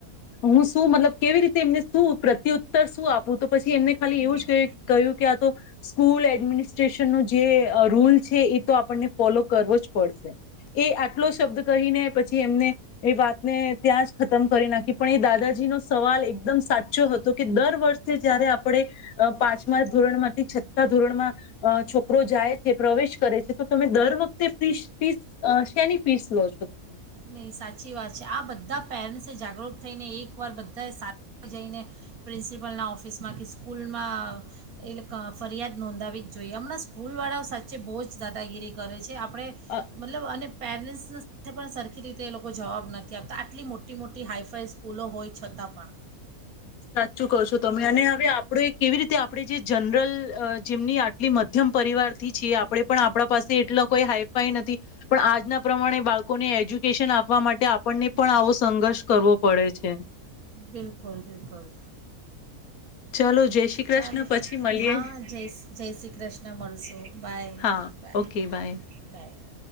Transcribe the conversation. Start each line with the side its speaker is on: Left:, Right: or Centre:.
Left: હું શું મતલબ કેવી રીતે એમને શું પ્રત્યુત્તર શું આપું તો પછી એમને ખાલી એવું
Right: બિલકુલ
Left: કહ્યું કે આ તો, સ્કૂલ એડમિ સ્ટેશનનું જે રૂલ છે એ તો આપણને ફોલો કરવો જ પડશે, એ આટલો શબ્દ કહીને પછી એમને, એ વાતને ત્યાં જ ખતમ કરી નાખી પણ એ દાદાજીનો સવાલ એકદમ સાચો હતો કે દર વર્ષે જયારે આપણે, પાંચમા ધોરણમાંથી છ્ઠા ધોરણમાં, છોકરો જાય. પ્રવેશ કરે છે તો તમે દર વખતે ફીસ ફીસ શેની ફીસ લો છો તમે.
Right: નહીં સાચી વાત છે, આ બધા પેરેન્ટ્સ જાગૃત થઈને એકવાર બધાએ સાથે જઈને પ્રિન્સિપલના ઓફિસમાં કે સ્કૂલમાં એલે ક ફરિયાદ નોંધાવી જોઈએ આમળા સ્કૂલ વાળાઓ સાચે બહુ જ દાદાગીરી કરે છે આપણે
Left: અ
Right: મતલબ અને પેરેન્ટ ના સાથે પણ આખી રીતે એ લોકો જવાબ નથી આપતા, આટલી મોટી મોટી હાઈફાઈ સ્કૂલો હોય છતાં પણ
Left: સાચું કશો તમે અને હવે આપણે કેવી રીતે આપણે જે જનરલ જેમની આટલી મધ્યમ પરિવારથી છીએ આપણે પણ આપણા પાસે એટલા કોઈ હાઈફાઈ નથી પણ આજના પ્રમાણે બાળકોને એજ્યુકેશન આપવા માટે આપણને પણ આવો સંઘર્ષ કરવો પડે છે. ધ્ય
Right: બિલકુલ બિલકુલ
Left: ચાલો જય શ્રી કૃષ્ણ
Right: ચાલો,
Left: પછી મળીએ
Right: હા, જય જય શ્રી કૃષ્ણ, મ મલશુ, બાય
Left: હા
Right: બાય
Left: ઓકે
Right: હા
Left: બાય
Right: બાય <inaudible>